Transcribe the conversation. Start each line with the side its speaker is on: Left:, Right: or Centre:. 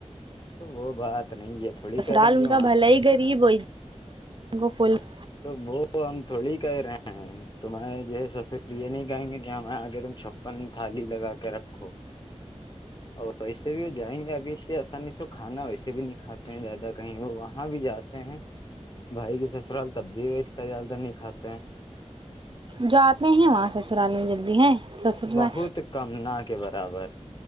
Left: تو وہ بات <inaudible> تھوڑی
Right: دسرال
Left: کہہ رہے ہیں کہ
Right: ان
Left: وہاں
Right: کا بھل ہی غریب ہوئی ان کوو پھول <inaudible>
Left: تو وہ ہم تھوڑی کہہ رہے ہیں تمہے جو ہے سب یہ نہیں کہیں گے کہ ہمیں آگے تم چھپن تھالی لگا کے رکھ اور وسے بھی وہ جائیں گے آ <unintelligible> بی <unintelligible> آسانی سے کھانا ویسے بھی نہیں کھاتے ہیں زیادہ کہیں وہ وہاں بھی جاتے ہیں بھائی کے سسرال سبزی وچتا جلد نہیں کھاتے ہیں
Right: جات نہیں ہیں وہاں سسرالی میں ج <unintelligible> ی ہیں <inaudible> میں
Left: بہت کم نہ کے برابر